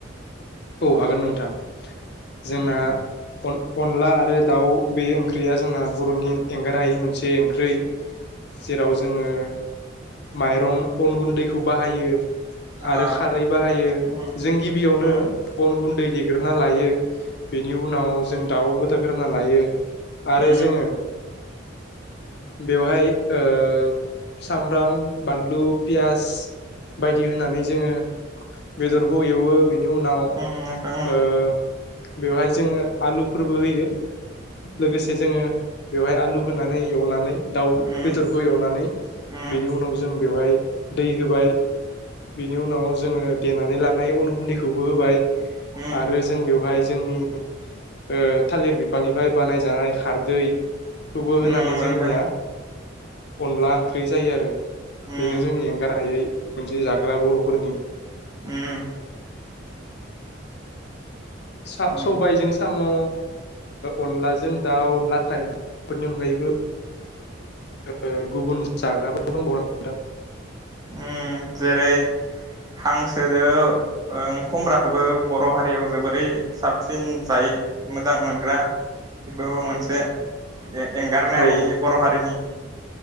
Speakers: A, on the left; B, on the right.
A: औ हागोन नोंथां। जोंना
B: उम उम
A: अन अनला आरो दाउ बे ओंख्रिया जोंना बर'नि एंगार हायि मोनसे ओं ख्रै जेराव जोङो माइरं अन गुन्दैखौ बाहायो। आरो
B: आ
A: खारै बाहायो ।
B: उम
A: जों गिबियावनो
B: उम
A: अन गुन्दै देग्रोना लायो। बेनि उनाव जों दाउ गो दाग्रोना लायो। आरो
B: उम
A: जोङो बेवहाय ओ सामब्राम बानलु पियास बायदि होननानै जोङो बेदरखौ एवो बेनि उनाव
B: उम नोंथां
A: ओ
B: उम
A: बेवहाय जोङो आलुफोरबो होयो। लोगोसे जोङो बेवहाय आलु होनानै एवनानै दाउ
B: उम
A: बेदरखौ एवनानै
B: उम
A: बेनि उनाव जों बेवहाय दै होबाय । बिनि उनाव जोङो देनानै लानाय अन गुन्दैखौ बो होबाय ।
B: उम
A: आरो जों बेवहाय जोंनि ओ थालिर बिफांनिफ्राय बानायजानाय खारदैखौबो
B: उम
A: होनानै
B: नंगौ
A: जोंनिया
B: नोंथां
A: अनला ओंख्रै जायो आरो ।
B: उम
A: बेनो जोंनि एंगार हायै मोनसे जाग्रा बर'फोरनि
B: उम
A: सा-सबायजों
B: उम
A: साम' ओ अनलाजों दाउ अनला टाइमफोरनि अनगायैबो ओ गुबुन जाग्राबो दंबाव <unintelligible>
B: उम जेरै हांसोजो उम खमब्राखौबो बर' हारियाव जोबोरै साबसिन जायो मोजां मोनग्रा बेबो मोनसे ए-एंगारनो हायि
A: औ
B: बर' हारिनि